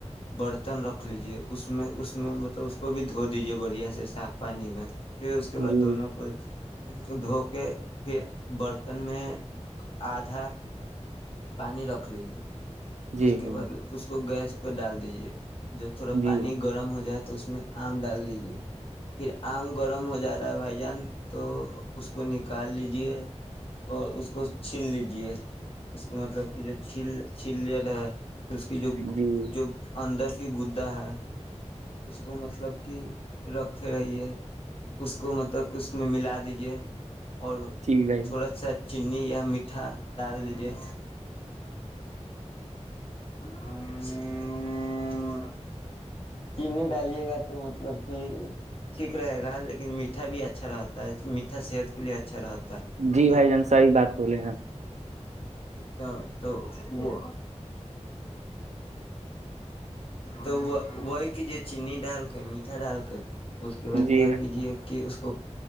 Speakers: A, on the left; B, on the right.
A: برتن رکھ لیجیے اس میں اس میں مطلب اس کو بھی دھو دیجیے بڑھیا سے صاف پانی میں پھر اس کے
B: جی
A: بعد دونوں کو دھو کے پھر برتن میں آدھا پانی رکھ لیجیے
B: جی
A: اس کے
B: بھائی
A: بعد اس کو گیس پہ ڈال دیجیے جب تھوڑا
B: جی
A: پانی گرم ہو جائے تو اس میں آم ڈال دیجیے پھر آم گرم ہو جاتا ہے بھائی جان تو اس کو نکال لیجیے اور اس کو چھین لیجیے اس کو مطلب کہ جو چھیل چھیل لیا رہا اس کی جو
B: جی
A: جو اندر کی گدا ہے اس کو مطلب کہ رکھے رہی ہے اس کو مطلب کہ اس میں ملا دی یہ اور
B: جی بھائی
A: تھوڑا سا چنی یا میٹھا ڈال دیجے اور ھم چینی ڈالیے گا تو مطلب ہاں ٹھیک رہے گا لیکن میٹھا بھی اچھا میٹھا صحت کے لیے اچھا رہتا ہے
B: جی
A: تو
B: بھائی جان صحیح بات بولے ہیں
A: ہاں تو وہ تو وہی کیجے چیننیی ڈال کے میٹھا ڈال کے اس کے بعد
B: جی
A: کیا
B: بھائی
A: کیجیے کہ اس کو